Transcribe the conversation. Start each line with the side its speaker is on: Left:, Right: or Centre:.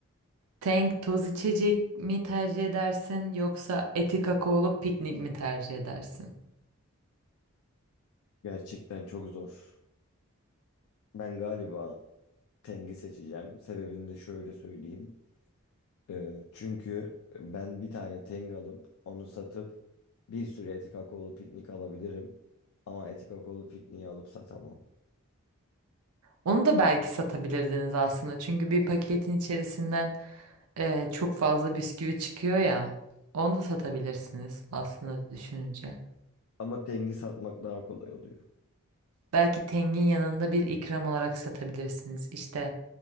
Right: Tank toz içecek mi tercih edersin yoksa eti kakaolu piknik mi tercih edersin?
Left: Gerçekten çok zor. Ben galiba Teng'i seçeceğim. Sebebini de şöyle söyleyeyim. Ee, çünkü ben bir tane Teng alıp onu satıp bir sürü etik akaolu piknik alabilirim. Ama etik akaolu pikniği alıp satamam.
Right: Onu da belki satabilirdiniz aslında. Çünkü bir paketin içerisinden e, çok fazla bisküvi çıkıyor ya. Onu da satabilirsiniz aslında düşününce.
Left: Ama Teng'i satmak daha kolay oluyor.
Right: Belki tengin yanında bir ikram olarak satabilirsiniz. İşte